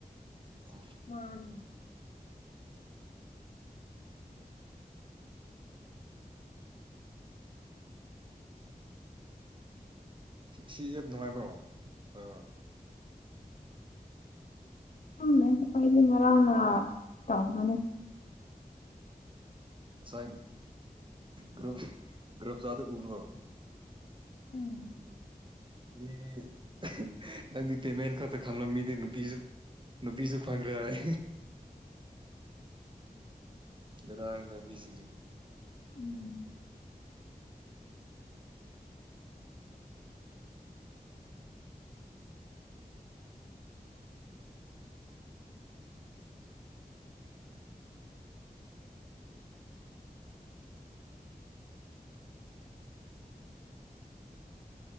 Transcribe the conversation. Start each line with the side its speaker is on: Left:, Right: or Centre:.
Right: ꯑꯣ
Left: ꯃꯥꯅꯦ
Right: ꯁꯤ ꯁꯤ <unintelligible> ꯅꯨꯡꯉꯥꯏꯕ꯭ꯔꯣ ꯑꯥ
Left: ꯈꯪꯗꯦ ꯑꯩꯗꯤ ꯉꯔꯡꯅ ꯇꯧꯕꯅꯦ
Right: ꯉꯁꯥꯏ ꯒꯔꯨ꯭ꯞ ꯒꯔꯨ꯭ꯞ ꯆꯥꯗꯣ ꯎꯕ꯭ꯔꯣ
Left: ꯎꯝ
Right: <unintelligible> ꯅꯪꯗꯤ ꯄꯦꯃꯦꯟ ꯈꯛꯇꯥ ꯈꯜꯂꯝꯃꯤꯅꯦ ꯅꯨꯄꯤꯖꯨ ꯅꯨꯄꯤꯁꯨ ꯐꯪꯈ꯭ꯔꯦ ꯍꯥꯏ ꯉꯔꯥꯡꯅ ꯃꯤ ꯁꯤꯡꯖꯨ
Left: ꯎꯝ